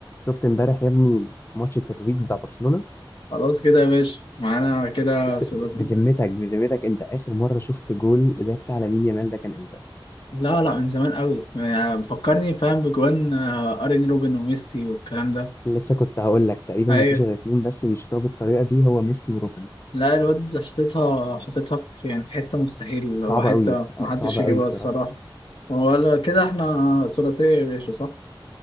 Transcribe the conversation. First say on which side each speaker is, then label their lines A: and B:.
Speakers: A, on the left; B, on the left.
A: شفت امبارح يا ابني ماتش التتويج بتاع برشلونة
B: خلاص كده يا باشا معانا كده
A: شفت
B: ثلاثي
A: بذمتك بذمتك انت اخر مرة شفت جول زي بتاع لامين يامال ده كان امتى
B: لا لا من زمان قوي يعني بفكرني فاهم بجوان آه، ارين روبن وميسي والكلام ده
A: لسه كنت هقول لك تقريبا
B: ايوه
A: ما فيش غير اتنين بس بيشوطوها بالطريقة دي هو ميسي وروبن
B: لا الواد حطيتها حطيتها في يعني في حته مستحيل اللي
A: صعبة
B: هو حته
A: قوي
B: ما
A: اه
B: حدش
A: صعبة
B: يجيبها
A: قوي الصراحة
B: الصراحه ولا كده احنا ثلاثيه يا باشا صح